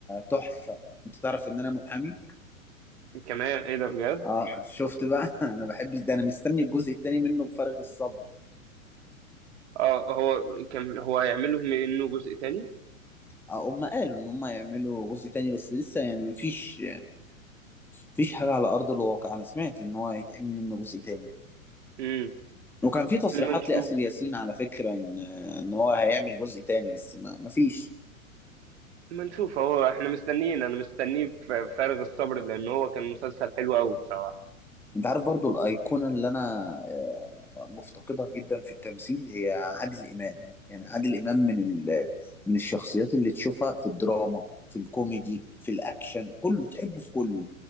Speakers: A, in the centre; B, on the right.
A: تحفة انت تعرف ان انا محامي
B: كمان ايه ده بجد
A: اه شفت بقى <laughs> انا بحب ده انا مستني الجزء التاني منه بفارغ الصبر
B: اه هو كان هو هيعمل لهم انه جزء تاني
A: اه هم قالوا ان هم يعملوا جزء تاني بس لسه يعني مفيش مفيش حاجة على أرض الواقع أنا سمعت إن هو هيتعمل منه جزء تاني
B: امم
A: وكان في تصريحات
B: لما نشوف
A: لآسر ياسين على فكرة إن إن هو هيعمل جزء تاني بس ما مفيش
B: لما نشوف هو احنا مستنيين انا مستنيه بفارغ الصبر لان هو كان مسلسل حلو قوي بصراحه
A: أنت عارف برضو الأيقونة اللي أنا آه، مفتقدها جدا في التمثيل هي عادل إمام يعني عادل إمام من ال... من الشخصيات اللي تشوفها في الدراما في الكوميدي في الأكشن كله تحبه في كله